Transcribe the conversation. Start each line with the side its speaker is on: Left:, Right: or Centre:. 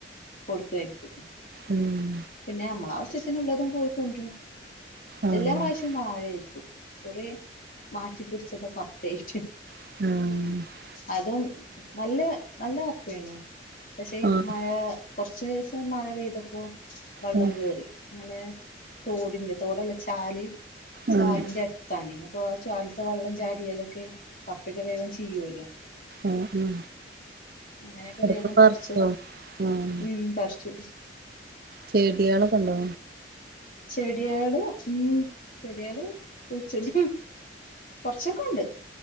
Left: കൊടുത്തയക്കും
Right: ഉം
Left: പിന്നെ നമ്മളെ ആശ്യത്തിനുള്ളതും പോയിക്കൊണ്ട്രും
Right: ആഹ്
Left: എല്ലാ പ്രാവശ്യം വാഴായിരിക്കും കുറെ മാറ്റി പിടിച്ചതൊക്കെ അപ്ഡറ്റ്
Right: ആഹ്
Left: അതും നല്ല നല്ല കപ്പയാണ് പക്ഷേ
Right: ആഹ്
Left: മഴ കൊറച്ചീസം മഴ പെയ്തപ്പോ വെള്ളം
Right: ആഹ്
Left: കേറി അങ്ങനെ തോടിന്റെ തോടല്ല ചാല് ചാലിന്റെ
Right: ആഹ്
Left: അടു താണ് അപ്പൊ ആ ചാൽത്തെ വെള്ളം ചാടിയാലൊക്കെ കപ്പക്കെ വേഗം ചീയൊല്ലോ
Right: ആഹ് ആഹ്
Left: അങ്ങനെപ്പൊ
Right: അതൊക്കെ
Left: വേഗം
Right: പറിച്ചോ
Left: പറച്ചു
Right: ആഹ്
Left: ഉം പറിച്ചു
Right: ചെടിയേളൊക്കെണ്ടോ
Left: ചെടിയാള് ഉം ചെടിയാള് കുഴിചിടും കൊറച്ചൊക്കെ ഉണ്ട്